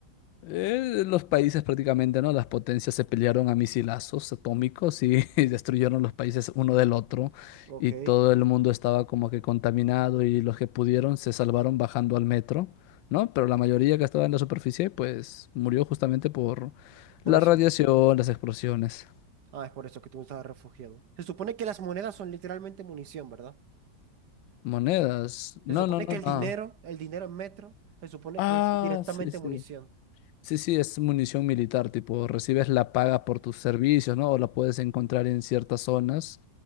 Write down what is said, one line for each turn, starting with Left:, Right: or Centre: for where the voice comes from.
Left: Eh, los países prácticamente, ¿no? Las potencias se pelearon a misilazos atómicos y, <laughs> y destruyeron los países uno del otro
Right: Ok,
Left: y todo el mundo estaba como que contaminado y los que pudieron se salvaron bajando al metro, ¿no? Pero la mayoría que estaba en la superficie pues murió justamente por
Right: por
Left: la
Right: eso.
Left: radiación, las explosiones.
Right: Ah, es por eso que tú estabas refugiado. Se supone que las monedas son literalmente munición, ¿verdad?
Left: Monedas. No,
Right: Se supone
Left: no, no,
Right: que el
Left: no.
Right: dinero, el dinero en metro, se supone
Left: Ah,
Right: que es directamente
Left: sí, sí.
Right: munición.
Left: Sí, sí, es munición militar, tipo, recibes la paga por tus servicios, ¿no? O la puedes encontrar en ciertas zonas,